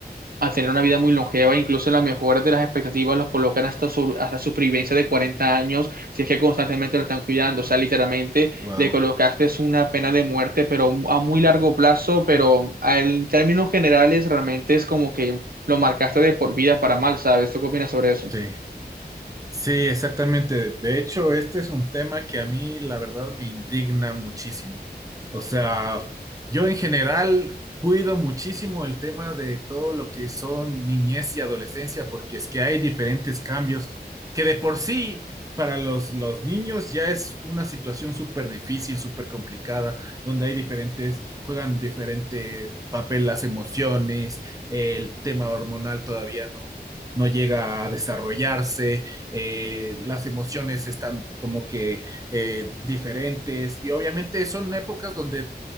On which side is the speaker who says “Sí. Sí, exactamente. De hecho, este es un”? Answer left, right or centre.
Right